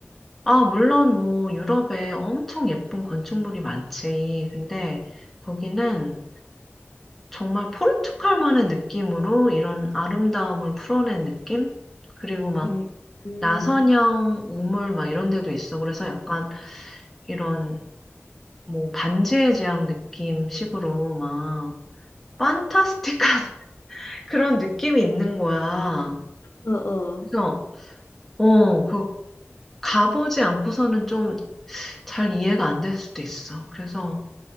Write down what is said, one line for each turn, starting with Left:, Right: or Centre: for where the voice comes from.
Centre: 아, 물론 뭐 유럽에 엄청 예쁜 건축물이 많지. 근데 거기는 정말 포르투갈만의 느낌으로 이런 아름다움을 풀어낸 느낌? 그리고 막
Left: 음, 음,
Centre: 나선형 우물 막 이런 데도 있어. 그래서 약간 이런 뭐 반지의 제왕 느낌 식으로 막 판타스틱한 <laughs> 그런 느낌이 있는 거야.
Left: 어, 어.
Centre: 그래서 어, 그 가보지 않고서는 좀 잘 이해가 안 될 수도 있어. 그래서